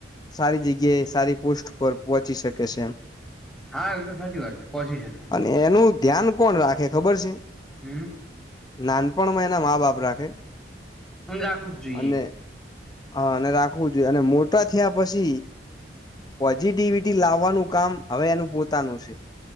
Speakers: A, on the left; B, in the centre.
A: સારી જગ્યાએ સારી પોસ્ટ પર પહોંચી શકે છે. એમ
B: હા, એ તો સાચી વાત છે. પહોચી શકે
A: અને એનું ધ્યાન કોણ રાખે ખબર છે.
B: હમ
A: નાનપણમાં એના મા બાપ રાખે
B: હ રાખવું જ જોઈએ.
A: અને હા અને રાખવું જોઈએ અને મોટા થયા પછી પોઝિટિવિટી લાવવાનું કામ હવે એનું પોતાનું છે.